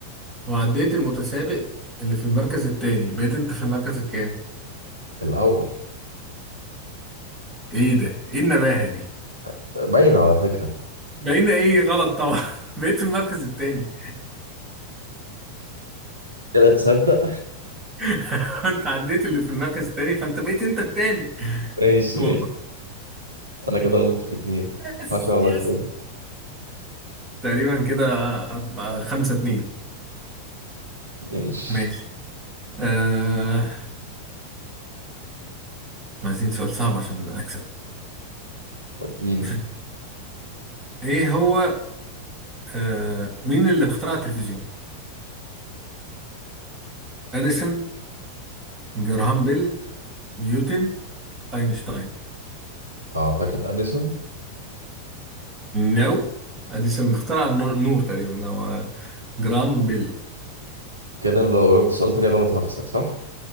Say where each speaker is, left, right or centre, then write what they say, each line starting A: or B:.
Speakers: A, on the right (about 25°); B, on the right (about 80°).
A: وعديت المتسابق اللي في المركز التاني بقيت انت في المركز الكام
B: الأول
A: ايه ده ايه النباهة دي
B: باين على فكرة
A: بقينا ايه غلط طبعا <laughs> بقيت في المركز التاني
B: كده تصدق
A: <laughs> انت عديت اللي في المركز التاني فانت بقيت انت التاني <laughs>
B: ماشي
A: والله
B: ماشي أنا كده غلطت في اتنين
A: يس
B: هشغلك
A: يس
B: تاني
A: تقريبا كده أربعة خمسة اتنين
B: ماشي
A: ماشي آه عايزين سؤال صعب عشان أكسب
B: وديني
A: <laughs> إيه هو آه مين اللي اخترع التلفزيون؟ أديسون جراهام بيل نيوتن أينشتاين
B: أعتقد أديسون
A: نو أديسون اخترع النو- النور تقريبا هو جراهام بيل
B: كده أنا لو جبت سؤال تاني غلط هخسر صح؟